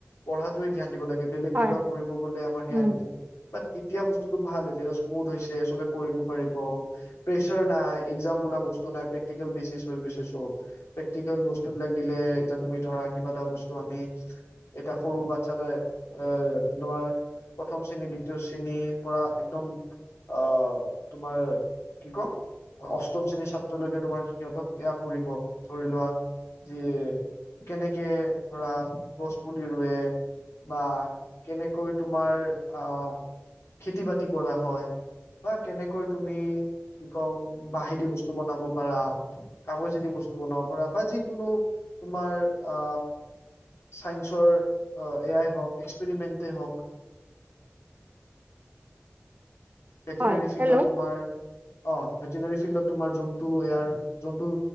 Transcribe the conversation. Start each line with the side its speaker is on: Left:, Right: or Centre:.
Left: পঢ়াটোৱে ধ্যান দিব লাগে বেলেগ
Right: হয়,
Left: কিবা কৰিব গলে আমাৰ সেয়া
Right: উম,
Left: নিদিয়ে বাত এতিয়া বছ স্তুটো ভাল হৈছে এইটো স্মুথ হৈছে চবে কৰিব পাৰিব প্ৰেচাৰ নাই একজাম বোলা বস্তু নাই প্ৰেক্টিকেল বেচিচ হৈ গৈছে চব প্ৰেক্টিকেল বস্তুবিলাক দিলে এতিয়া তুমি ধৰা কিবা এটা বস্তু আমি এতিয়া সৰু বাচ্ছা যায় এ তোমাৰ প্ৰথম শ্ৰেণীৰ দ্বিতীয় শ্ৰেণী পৰা একদম আহ তোমাৰ কি কম অ অষ্টম শ্ৰেণীৰ ছাত্ৰলৈকে তোমাৰ সিহঁতক এয়া পৰিব ধৰি লোৱা যিয়ে কেনেকে ধৰা গছ পুলি ৰুৱে বা কেনেকৈ তোমাৰ আ খেতি বাতি কৰা হয় বা কেনেকৈ তুমি কি কওঁ বাহেদি বস্তু বনাব পাৰা কাগজেদি বস্তু বনাব পৰা বা যিকোনো তোমাৰ আ চাইন্সৰ অ এয়াই হওঁক এস্কপিৰিমেন্তে হক ভেটিনাৰী
Right: হয়,
Left: ফিল্ডত
Right: হেল্ল'
Left: তোমাৰ অ, ভেটেনেৰী ফিল্ডত তোমাৰ যোনটো এয়াৰ যোনটো